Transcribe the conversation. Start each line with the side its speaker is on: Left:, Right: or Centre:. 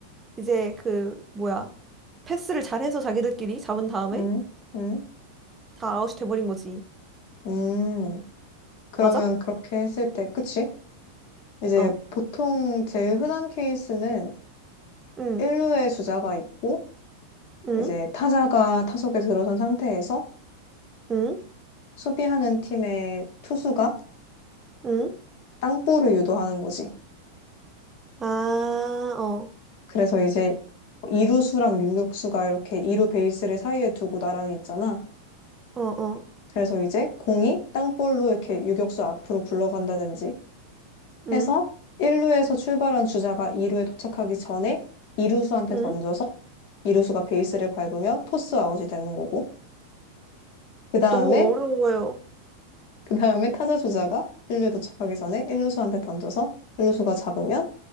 Right: 이제 그 뭐야 패스를 잘해서 자기들끼리 잡은 다음에
Left: 응, 응,
Right: 다 아웃이 돼버린 거지.
Left: 응. 그러면
Right: 맞아?
Left: 그렇게 했을 때, 그치? 이제
Right: 어.
Left: 보통 제일 흔한 케이스는
Right: 응.
Left: 1루에 주자가 있고,
Right: 응.
Left: 이제 타자가 타석에 들어선 상태에서
Right: 응.
Left: 수비하는 팀의 투수가
Right: 응.
Left: 땅볼을 유도하는 거지.
Right: 아, 어.
Left: 그래서 이제 이루수랑 유격수가 이렇게 이루 베이스를 사이에 두고 나란히 있잖아.
Right: 어, 어.
Left: 그래서 이제 공이 땅볼로 이렇게 유격수 앞으로 굴러간다든지
Right: 응.
Left: 해서 1루에서 출발한 주자가 2루에 도착하기 전에 이루수한테
Right: 응.
Left: 던져서 이루수가 베이스를 밟으면 토스 아웃이 되는 거고 그 다음에
Right: 너무 어려워요.
Left: 그 다음에 타자 주자가 1루에 도착하기 전에 1루수한테 던져서 1루수가 잡으면